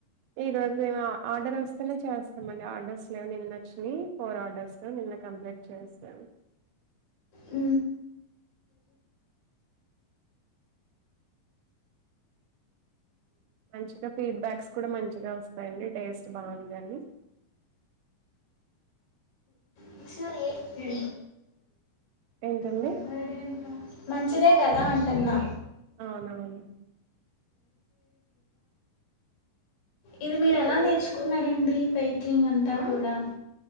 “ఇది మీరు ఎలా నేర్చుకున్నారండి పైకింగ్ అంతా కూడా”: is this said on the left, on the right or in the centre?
Left